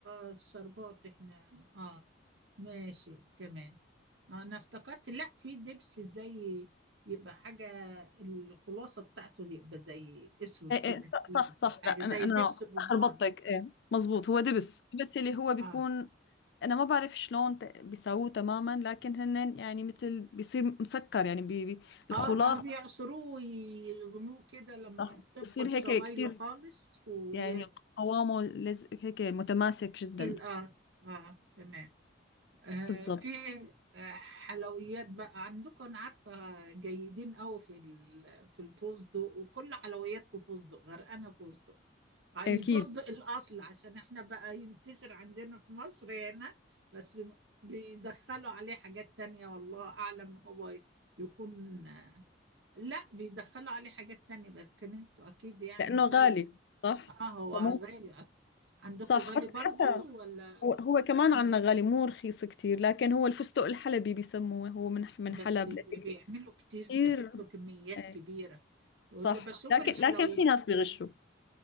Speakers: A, on the right; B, on the left.
A: آه، الشربات احنا اه ماشي كمان آه انا افتكرت لا في دبس زي يبقى حاجة الخلاصة بتاعته يبقى زي اسود
B: ايه
A: كده
B: إيه، صح
A: تقيل
B: صح صح
A: او حاجة
B: لا
A: زي
B: انا انا
A: دبس الرمان
B: خربطتك ايه مزبوط هو دبس دبس اللي هو بيكون
A: اه
B: انا ما بعرف شلون ت- بيسووه تماما لكن هن يعني مثل بيصير مسكر يعني بي بي الخلاص
A: اه اه بيعصروه ويغلوه كده لما
B: صح
A: تفقد
B: بيصير هيك
A: سوائله
B: كثير
A: خالص وتقيل
B: يعني قوامه لز هيك متماسك جدا
A: اه اه تمام آه،
B: بالضبط
A: في آه، حلويات بقى عندكم انا عارفه جيدين قوي في ال- في الفستق وكل حلوياتكم فستق غرقانه فستق آه، الفستق
B: اكيد
A: الاصل عشان احنا بقى ينتشر عندنا في مصر هنا بس م- بيدخلوا عليه حاجات تانية والله اعلم هو يكون آه، لا بيدخلوا عليه حاجات تانية بس كان انتوا اكيد يعني
B: لانه
A: بلد
B: غالي صح
A: اه هو
B: فمو
A: غالي عندكم
B: صح
A: غالي
B: حت-
A: برضو
B: حتى
A: ولا
B: هو هو كمان عنا غالي مو رخيص كتير لكن هو الفستق الحلبي بيسموه هو من من
A: بس
B: حلب لهيك
A: بيعملوا كتير
B: كتير
A: تحطوا كميات
B: إيه،
A: كبيرة ولا
B: صح
A: بشوف
B: لكن
A: الحلويات
B: لكن في ناس بيغشوا